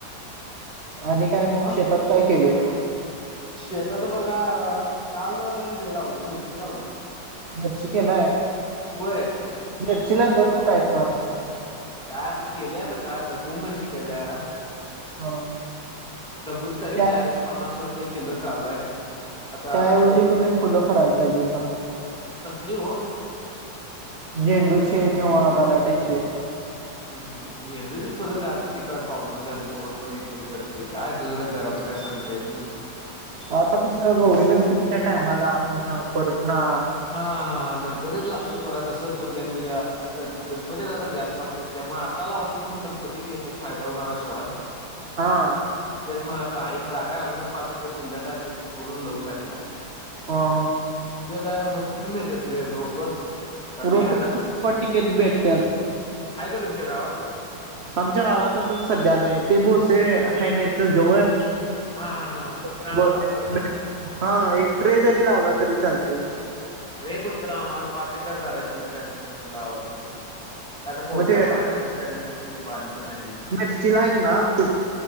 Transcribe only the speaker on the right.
आणि काय मग
शेतात काय केलय
मिरची केलाय
मिर्चीला दर कुठं आहे खरा आता
हा
त्या
त्या ऐवजी
तुम्ही फुलं करायला पाहिजे होता
झेंडूचे किंवा गलाटेचे
आता कसं गौरी गणपतीच्या टाईमाला आपुन परतना
हा.
हा हा.
रोपवाटिकेत
भेटतात
आमच्या गावात आता सध्या नाही ते बोसे हाय ना इथं जवळ
<inaudible>
हा एक ट्रे जरी लावला तरी चालतय
म्हणजे
मिर्चीला ऐक ना तू